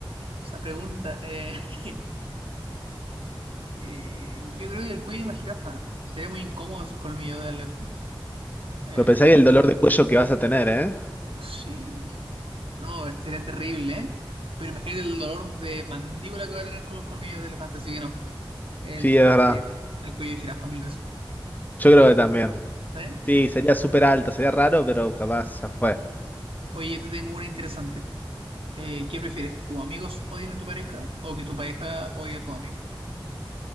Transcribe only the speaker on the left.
Pero pensá que el dolor de cuello que vas a tener, ¿eh?
Sí, es verdad.
Yo
creo
que también.
Sí, sería súper alto, sería raro, pero capaz ya fue.